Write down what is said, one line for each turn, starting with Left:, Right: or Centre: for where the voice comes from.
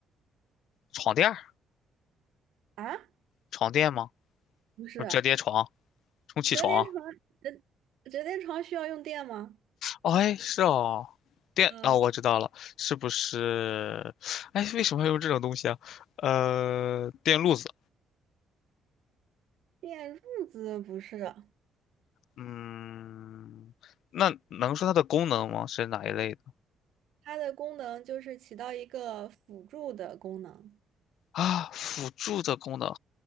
Left: 床垫儿，
Right: 啊，
Left: 床垫吗？
Right: 不是，
Left: 折叠床，充气床。
Right: 折叠床折折叠床需要用电吗？
Left: 哎，是哦，电哦，
Right: 嗯，
Left: 我知道了，是不是？哎，为什么要用这种东西啊？呃，电路子，
Right: 电褥子不是，
Left: 嗯，那能说它的功能吗？是哪一类的
Right: 它的功能就是起到一个辅助的功能，
Left: 啊？辅助的功能